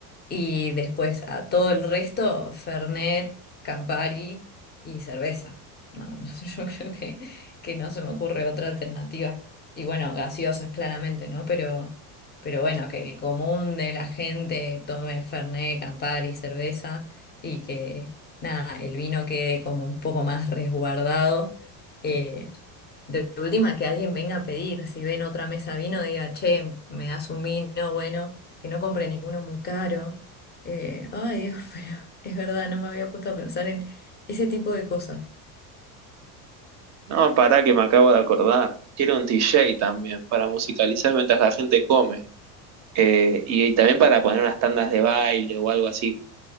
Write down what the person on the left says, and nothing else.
Y después a todo el resto, Fernet, Campari y cerveza. No, no, <laughs> yo creo que, que no se me ocurre otra alternativa. Y bueno, gaseosas claramente, ¿no? Pero, pero bueno, que el común de la gente tome Fernet, Campari, cerveza y que nada, el vino quede como un poco más resguardado. eh, de última que alguien venga a pedir, si ven otra mesa vino, diga, che, me das un vino, bueno, que no compre ninguno muy caro. Eh, ay, Dios, <laughs> pero es verdad, no me había puesto a pensar en ese tipo de cosas.